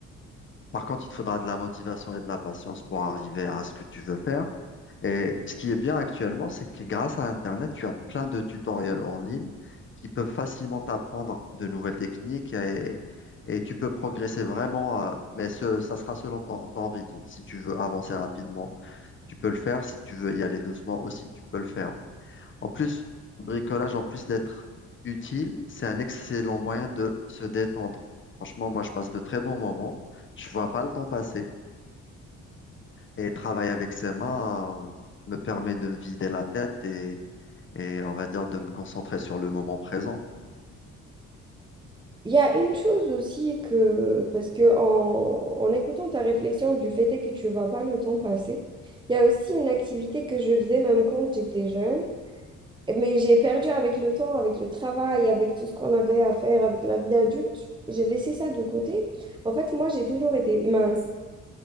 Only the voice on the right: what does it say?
Il y a une chose aussi que, parce que en, en écoutant ta réflexion du fait est que tu vois pas le temps passer, il y a aussi une activité que je faisais même quand j'étais jeune. Mais j'ai perdu avec le temps, avec le travail, avec tout ce qu'on avait à faire, avec la vie d'adulte. J'ai laissé ça de côté. En fait, moi, j'ai toujours été mince.